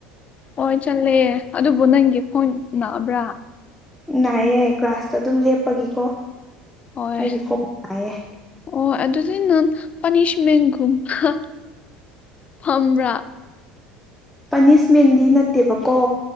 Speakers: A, on the left (about 35°); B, in the centre.
A: ꯍꯣꯏ ꯆꯠꯂꯦ ꯑꯗꯨꯕꯨ ꯅꯪꯒꯤ ꯈꯣꯡ ꯅꯕ꯭ꯔꯥ
B: ꯅꯥꯏꯑꯦ ꯀ꯭ꯂꯥꯁꯇ ꯑꯗꯨꯝ ꯂꯦꯞꯄꯒꯤꯀꯣ
A: ꯍꯣꯏ
B: ꯑꯩꯒꯤ ꯈꯣꯡ ꯅꯥꯏꯌꯦ
A: ꯑꯣ ꯑꯗꯨꯗꯤ ꯅꯪ ꯄꯥꯅꯤꯁꯃꯦꯟꯒꯨꯝꯕ ꯐꯝꯕ꯭ꯔꯥ
B: ꯄꯥꯅꯤꯁꯃꯦꯟꯗꯤ ꯅꯠꯇꯦꯕꯀꯣ